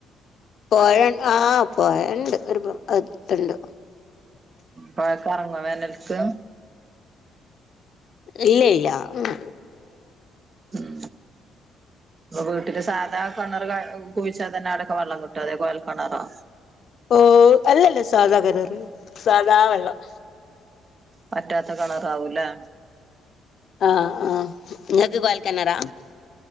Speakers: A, on the left; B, on the right.
A: പോയൺ ആ പൊയണ്ട് ഒര് <unintelligible> ട്ത്ത്ണ്ട്
B: പോഴേക്ക് അറങ്ങോ വേനൽക്ക്
A: ഇല്ലേ ല്ല മ്
B: ഉം വീട്ടില് സാധാകണറ് ക കുഴിച്ചാതന്നെ അവ്ടെക്കെ വള്ളം ക്‌ട്ടോ അതേ കോയൽ കെണറോ
A: ഓ അല്ലല്ല സാധാ ഗെണറ് സാധാ വെള്ളം
B: വറ്റാത്ത കളറാവൂലേ
A: ആഹ് ആഹ് ഇങ്ങക്ക് കോയൽ കെണറാ